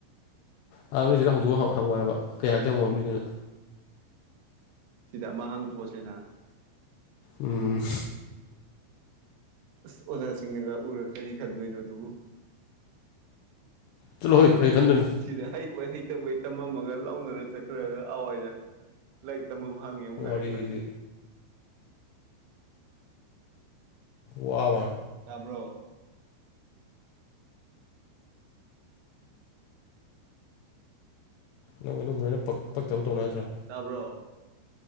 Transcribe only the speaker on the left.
ꯑ ꯅꯣꯏꯆꯦꯗ ꯍꯧꯗꯣꯛ ꯍ ꯍꯪꯉꯣ ꯍꯥꯏꯕ ꯀꯩ ꯍꯥꯏꯔꯛꯀꯦ ꯍꯪꯉꯣꯕ ꯅꯣꯏꯆꯦꯗ
ꯎꯝ
ꯆꯠꯂꯣꯍꯦ ꯀꯔꯤ ꯈꯟꯗꯣꯏꯅꯣ
ꯋꯥꯔꯤꯗꯤ
ꯋꯥꯋꯥ
ꯅꯪ ꯑꯗꯨꯝꯕ ꯑꯩꯅ ꯄꯛ ꯄꯛꯇꯕ ꯇꯧꯅꯣ ꯍꯥꯏꯗ꯭ꯔꯥ